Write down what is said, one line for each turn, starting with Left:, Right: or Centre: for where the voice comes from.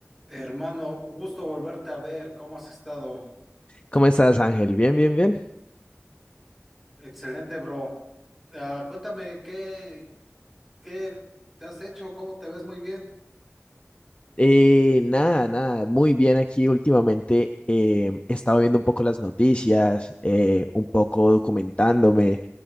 Centre: Hermano, gusto volverte a ver. ¿Cómo has estado?
Left: ¿Cómo estás, Ángel? Bien, bien, bien.
Centre: Excelente, bro. Ah, cuéntame, ¿qué, qué te has hecho? ¿Cómo te ves muy bien?
Left: Eh, nada, nada, muy bien aquí últimamente. eh, he estado viendo un poco las noticias, eh, un poco documentándome